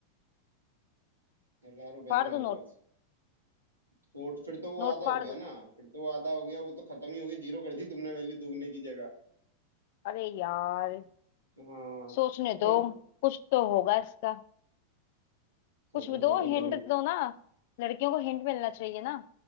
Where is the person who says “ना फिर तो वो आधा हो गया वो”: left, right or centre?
Right